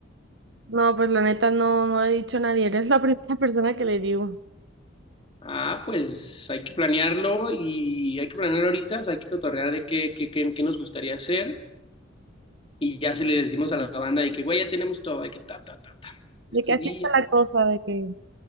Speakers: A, on the right; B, on the left.
A: <laughs> No, pues la neta no, no le he dicho a nadie. Eres la <laughs> primera persona que le digo.
B: Ah, pues hay que planearlo y hay que planear ahorita, o sea, hay que cotorrear de qué, qué, qué, qué nos gustaría hacer y ya se le decimos a la banda de que, güey, ya tenemos todo, de que ta, ta, ta, ta, estos
A: De que así
B: días.
A: está la cosa, de que.